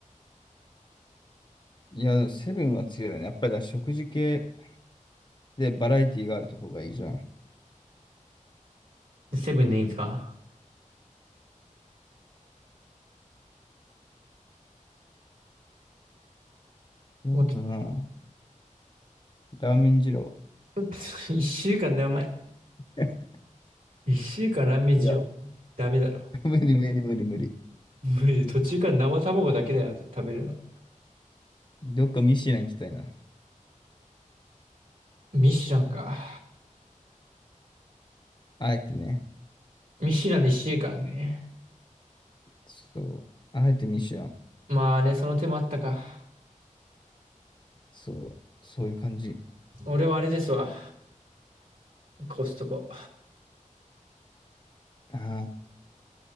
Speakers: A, on the left; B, on the right.
A: いや、でもセブンは強いよね。やっぱりだから食事系、で、バラエティがあるとこがいいじゃん。
B: セブンでいいんですか
A: そうだな。
B: もう、
A: ラーメン二郎。
B: <laughs> 一週間だよ、お前。
A: <laughs>
B: 一週間ラーメン事情。
A: いや、
B: ダメだろ。
A: <laughs> 無理無理無理無理。
B: 無理、途中から生卵だけだよって食べるの。
A: どっかミシュラン行きたいな。
B: ミシュランか。
A: あえてね。
B: ミシュランに1時間ね。
A: そう。あえてミシュラン。
B: まあね、その手もあったか。
A: そう。そういう感じ。
B: 俺はあれですわ。コストコ。
A: ああ、